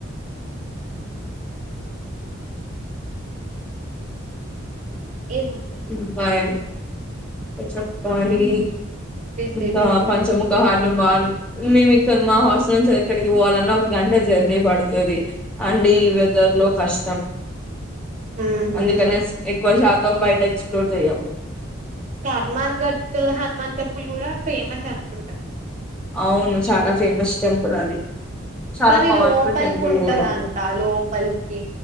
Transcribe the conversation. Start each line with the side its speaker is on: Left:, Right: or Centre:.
Right: ఇంకా ఏమున్నాయి
Centre: ఉ బాయ్ అచప్ పాణి
Right: బిజీ
Centre: ఇంకా
Right: బిజీ
Centre: పంచముఖ హార్డు వా మేము ఇక్కడ మా హాస్టల్ నుంచి ఎక్కడికి పోవాలన్నా ఒక గంట జర్నీ పడతది అండి ఈ వెదర్ లో కష్టం
Right: ఉహు
Centre: అందుకనేసి ఎక్కువ తొంబై ఎక్స్ప్లోర్ చేయము
Right: కర్మాన్ ఘట్ హనుమాన్ టెంపుల్ కూడా ఫేమస్ అనుకుంటా
Centre: అవును చాలా ఫేమస్ టెంపుల్ అది చాలా
Right: కానీ
Centre: పవర్ఫుల్
Right: లోపలికి
Centre: టెంపుల్
Right: ఉంటదంట
Centre: కూడా
Right: లోపలికి